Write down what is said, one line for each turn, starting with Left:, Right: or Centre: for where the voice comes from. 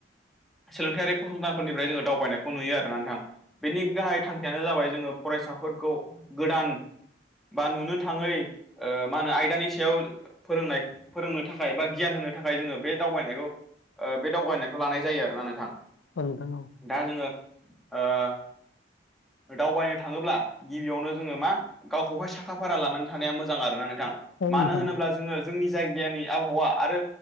Centre: सोलोंथायारि फसंथानफोरनिफ्राय जोङो दावबायनायखौ नुयो आरोना नों बेनि गाहाय थांखियानो जाबाय जोङो फरायसाफोरखौ गोदान बा नुनो थाङै ओ मा होनो आयदानि सायाव फोरोंनाय फोरोंनो थाखाय बा गियान होनो थाखाय जोङो बे दावबायनायखौ ओ बे दावबायनाय लानाय जायो आरोना नोंथां
Left: नोंथां औ नोंथां
Centre: दा जोङो ओ दावबायनो थाङोब्ला गिबियावनो जोङो मा गावखौहाय साखा फारा लानानै थानाया मोजां आरोना नोंथां।
Left: औ
Centre: मानो
Left: नोंथां
Centre: होनोब्ला जोङो जोंनि जायगानि आबहावा आरो